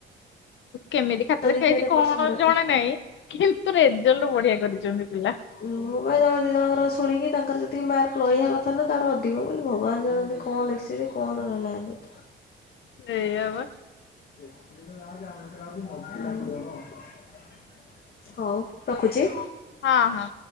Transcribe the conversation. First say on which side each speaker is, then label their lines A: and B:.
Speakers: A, on the left; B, on the left.
A: କେମିତି ଖାତା ଦେଖା
B: ଦେଖିବାରେ
A: ହେଇଛି
B: ଏପଟ
A: କଣ
B: ସେପଟ ଏତେ
A: ଜଣା ନାହିଁ? କିନ୍ତୁ ରେଜଲ୍ଟ ବଢିଆ କରିଛନ୍ତି ପିଲା।
B: ମୁଁ ବା ଜଣେ ଦି ଜଣଙ୍କର ଶୁଣିକି ତାଙ୍କର ଯେତିକି ମାର୍କ ରହିବା କଥା ନୁହଁ ତାଠୁ ଅଧିକ ବୋଲି ଭଗବାନ ଜାଣନ୍ତି। କଣ ଲଖସି କଣ ରହିଲା ଟୁ?
A: ଏୟା ବା।
B: <unintelligible> ହଉ ରଖୁଛି।
A: ହଁ ହଁ।